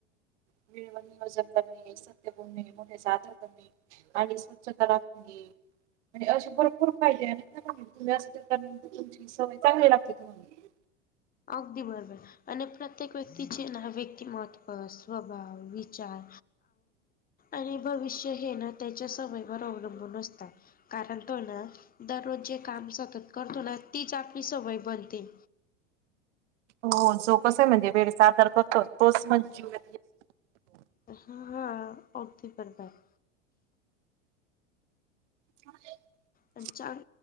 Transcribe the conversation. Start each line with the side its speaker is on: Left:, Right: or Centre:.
Right: वेळेवर नियोजन करणे, सत्य बोलणे, मोठे साधर करणे. आणि स्वच्छता राखणे, म्हणजे असे भरपूर पाहिजे आणि, तुम्ही असं केल्यानंतर तुमची सवय चांगली लागते तुम्हाला.
Left: अगदी बरोबर. आणि प्रत्येक व्यक्तीचे ना, व्यक्तिमत्व, स्वभाव, विचार आणि भविष्य हे ना त्याच्या सवयवर अवलंबून असतात. कारण तो ना, दररोज जे काम सतत करतो ना, तीच आपली सवय बनते.
Right: हो जो कस हाय म्हणजे, वेळ सादर करतो तोच म जीव
Left: हा, हा पावती करतात.
Right: <inaudible>
Left: आणि चांग,